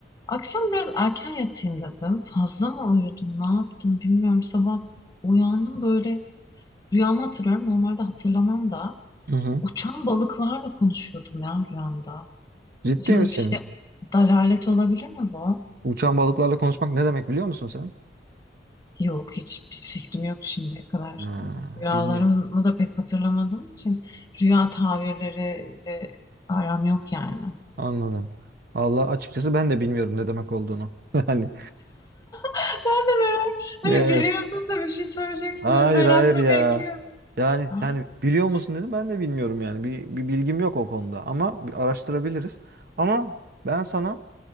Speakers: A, on the left; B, on the right.
A: Akşam biraz erken yatayım dedim. Fazla mı uyudum, ne yaptım bilmiyorum. Sabah uyandım böyle rüyamı hatırlıyorum. Normalde hatırlamam da.
B: Hı hı.
A: Uçan balıklarla konuşuyordum ya rüyamda.
B: Ciddi
A: Acaba
B: misin?
A: bir şey dalalet olabilir mi bu?
B: Uçan balıklarla konuşmak ne demek biliyor musun sen?
A: Yok, hiçbir fikrim yok şimdiye kadar.
B: Ha,
A: Rüyalarımı
B: bilmiyorum.
A: da pek hatırlamadığım için rüya tabirleri de aram yok yani.
B: Anladım. Allah açıkçası ben de bilmiyorum ne demek olduğunu. <laughs> Yani
A: <laughs> Ben de merak, hani
B: evet.
A: biliyorsun da bir şey söyleyeceksin
B: Hayır
A: diye merakla
B: hayır ya.
A: bekliyorum.
B: Yani
A: Aa,
B: yani biliyor musun dedim ben de bilmiyorum yani. Bir, bir bilgim yok o konuda ama bir araştırabiliriz. Ama ben sana